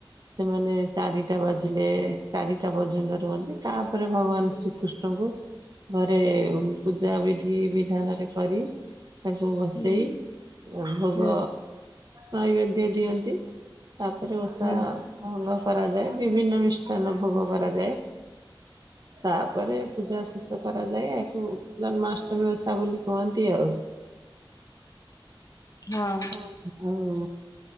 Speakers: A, on the right; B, on the left.
A: ସେମାନେ ଚାରିଟା ବାଜିଲେ ଚାରିଟା ପର୍ଯ୍ୟନ୍ତ ରୁହନ୍ତି ତାପରେ ଭଗବାନ ଶ୍ରୀକୃଷ୍ଣ <unintelligible> ଙ୍କୁ ଘରେ ପୂଜା ବିଧି ବିଧାନରେ କରି। କୁ ବସେଇ
B: ହୁଁ
A: ଭୋଗ
B: ହୁଁ
A: ନୈବେଦ୍ୟ ଦିଅନ୍ତି। ତାପରେ ଓଷା
B: ହୁଁ
A: ଭଙ୍ଗ କରାଯାଏ ବିଭିନ୍ନ ମିଷ୍ଟାନ ଭୋଗ କରାଯାଏ। ତାପରେ ପୂଜା ଶେଷ କରାଯାଏ ୟାକୁ ଜନ୍ମାଷ୍ଟମୀ ଓଷା ବୋଲି କୁହନ୍ତି ଆଉ।
B: ହଁ।
A: ହଉ ଆଉ